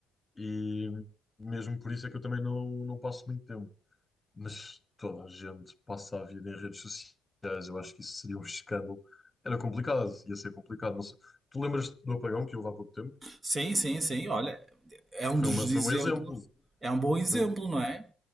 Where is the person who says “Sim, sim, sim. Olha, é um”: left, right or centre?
Right